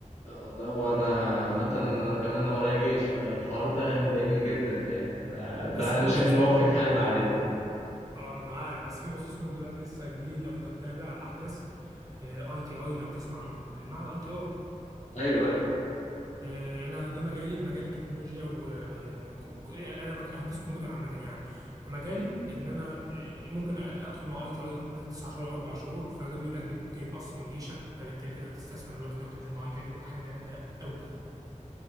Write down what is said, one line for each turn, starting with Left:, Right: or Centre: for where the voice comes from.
Left: آه، والله وانا عامه انا كمان ورايا جيش فالحوار ده <laughs> مضايقني جدا يعني أنا-
Right: بس
Left: ده انا
Right: في بصيص
Left: شايف ان هو
Right: نور
Left: في الحال بعدين
Right: اه من معاك بس في بصيص نور دلوقتي لسه جديد لو انت متابع على الاحداث اي تي اي لو تسمع عن المعهد اي تي اي
Left: ايوه ايوه
Right: آه، انا ده مجالي مجال التكنولوجيا و آه، وك- وك- انا مك- هندسه كمبيوتر عامه يعني فمجالي ان انا آه، ممكن أ- ادخل مع اي تي اي تسع شهور او اربع شهور فده بيقول لك بت- ممكن يتقص من جيشك فبالتالي تقدر تستثمر الوقت ده وتنزل مع اي تي اي ده بتبقى حاجه جامده قوي